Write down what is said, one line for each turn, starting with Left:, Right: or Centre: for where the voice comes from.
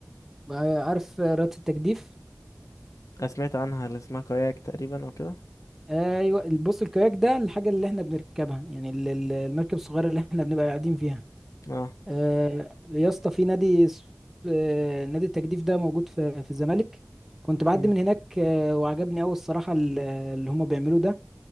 Centre: بقى عارف رياضة التجديف
Left: انا سمعت عنها اللي اسمها كاياك تقريبا او كده
Centre: ايوه بص الكاياك ده الحاجة اللي احنا بنركبها يعني ال- ال- المركب الصغيرة اللي احنا بنبقى قاعدين فيها
Left: اه
Centre: آه، يا اسطى في نادي اس- آه، نادي التجديف ده موجود في في الزمالك كنت بعدي
Left: مم.
Centre: من هناك آه، وعجبني قوي الصراحة ال- اللي هما بيعملوه ده